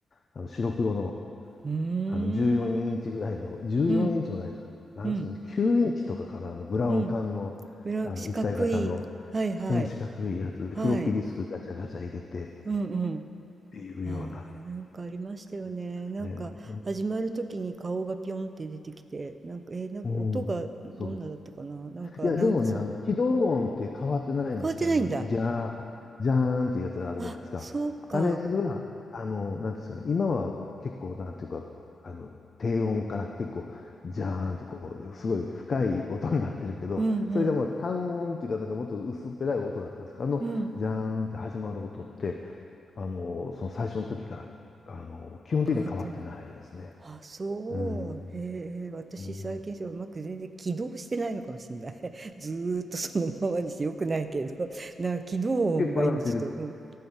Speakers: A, on the left; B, on the right.
A: あの、白黒の、
B: うーん。
A: あの、14インチぐらいの、14インチもないな。
B: うん
A: 何インチ
B: うん
A: ?9 インチとかかな、あの、ブラウン管の、
B: うん。ブラ、
A: あの、
B: 四角い。
A: 一体型の、うん
B: はいはい。
A: 四角いやつで、
B: はい。
A: フロッピーディスクガチャガチャ入れてっ
B: うんうん。
A: ていうような
B: ああ、なんかありましたよね。
A: やつですね。
B: なんか始まる時に顔がピョンって出てきて、
A: う
B: なんか、えーなんか音がどんなだったかな。
A: ん。うんそう
B: なんか、
A: いや、
B: なんかその、
A: でもね、あの、起動音って変わってないんですよ。
B: 変わってないんだ。
A: あの、じゃーん、じゃーんっていうやつがあるじゃないですか。
B: あ、そうか。
A: あれは、あの、なんていうんですかね、今は結構、なんていうか、あの、低音から結構、じゃーんってこう、すごい深い音になってるけど、
B: うんうん。
A: それがもう単音っていうか、なんかもっと薄っぺらい音だったんですけど、あの、
B: うん。
A: じゃーんって始まる音って、あの、その最初の時から、あの、基本的には変わってないですね。
B: 変わってない。あ、そう。
A: うん。
B: へえ、私最近それうまく全然起動してないのかもしれない。
A: うん。つ
B: <laughs> ずーっとそのままにしてよくないけど、なんか起動音が今ちょっと、
A: けっぱなしです。
B: うん、